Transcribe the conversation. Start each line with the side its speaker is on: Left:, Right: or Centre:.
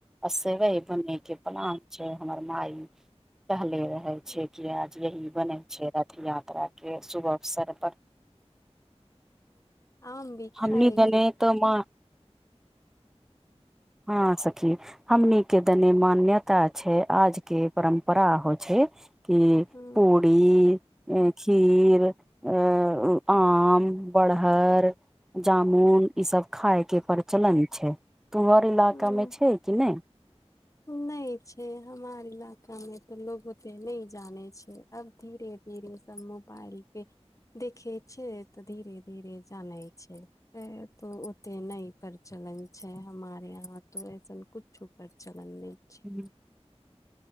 Centre: अ सेवे बने के पलान छै हमर माय हले रहे रहे
Left: हूँ
Centre: छै कि आज यही बन छै रथ यात्रा के शुभ अवसर पर
Left: आम भी
Centre: हमनी
Left: खायके
Centre: दने तो माँ हँ सखी। हमनी के देने मान्यता छै आज के परम्परा हो छै के भर
Left: ह
Centre: <unintelligible> पी खीर अ आम बड़हर जामुन ई सब खाय के प्रचलन छै उम्हर इलाका
Left: ह
Centre: मे छै कि नहि
Left: नहि छै हमार इलाका मे तऽ लोग ओते नहि जाने छै अब धीरे धीरे धीरे सब मोबाइल पे देखे छै तऽ धीरे धीरे जाने छै तो ओते न प्रचलन छै हमारे यहाँ तो ऐसन कुछो पर चलन नहि छै,
Centre: हू